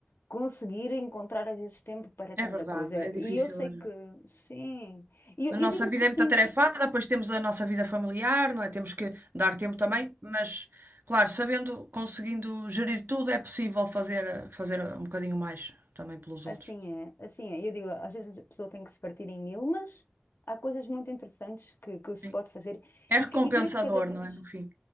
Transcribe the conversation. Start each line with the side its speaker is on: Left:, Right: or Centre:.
Left: conseguir encontrar às vezes tempo para
Right: É
Left: tanta
Right: verdade,
Left: coisa.
Right: é difícil.
Left: E eu sei
Right: olha.
Left: que sim, e eu,
Right: A nossa
Left: eu digo
Right: vida
Left: que sim,
Right: é muito atarefada, depois temos a nossa vida familiar, não é? Temos que dar tempo
Left: se-
Right: também, mas, claro, sabendo, conseguindo gerir tudo, é possível fazer, eh, fazer um bocadinho mais também pelos
Left: assim
Right: outros.
Left: é, assim é. Eu digo, às vezes a pessoa tem que se partir em mil, mas há coisas muito interessantes que, que se
Right: Sim.
Left: pode fazer
Right: É
Left: e,
Right: recompensador,
Left: que- e creio que cada vez.
Right: não é? No fim.